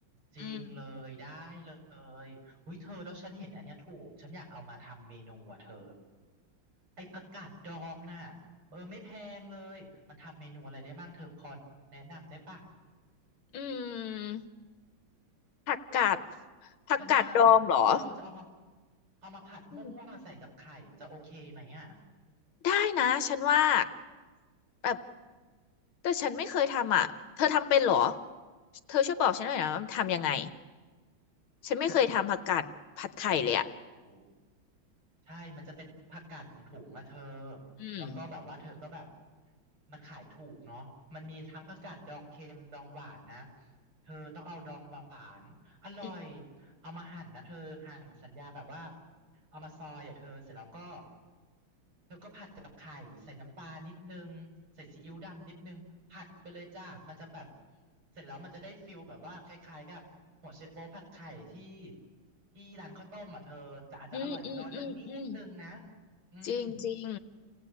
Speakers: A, on the right; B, on the left.
A: จริงเลยได้เล
B: อืม
A: ยอุ้ยเธอแล้วฉันเห็นอันเนี้ยถูกฉันอยากเอามาทำเมนูอ่ะเธอ ไอ้ผักกาดดองน่ะเออไม่แพงเลยมันทำเมนูอะไรได้มั่งเธอพอแนะนำได้ป่ะ
B: อืม ผักกาดผักกาดดองเหรอ
A: ฉันว่าเออจะเอามาเอามาผัดมั่วๆใส่กับไข่มันจะโอเคไหมอ่ะ
B: อืมได้นะ ฉันว่าแบบแต่ฉันไม่เคยทำอ่ะเธอทำเป็นเหรอเธอช่วยบอกฉันหน่อยนะว่าทำยังไง ฉันไม่เคยทำผักกาดผัดไข่เลยอ่ะ
A: โอ้ใช่มันจะเป็นผักกาดถุงๆอะเธอ
B: อืม
A: แล้วก็แบบว่าเธอก็แบบมันขายถูกเนาะมันมีทั้งผักกาดดองเค็มดองหวานนะเธอต้องเอาดองหวานอร่อย
B: อืม
A: เอามาหั่นนะเธอหั่นสัญญาแบบว่าเอามาซอยอ่ะเธอเสร็จแล้วก็เธอก็ผัดกับไข่ใส่น้ำปลานิดนึงใส่ซีอิ๊วดำนิดนึงผัดไปเลยจ้ามันจะแบบเสร็จแล้วมันจะได้ฟิลแบบว่าคล้ายๆกับหัวไชโป๊วผัดไข่ที่ที่ร้านข้าวต้มอ่ะเธอแต่อาจจะอร่อยน้อยกว่านิดนึงนะ
B: อืมอืมอืมอืมอืม
A: อืม
B: จริงจริง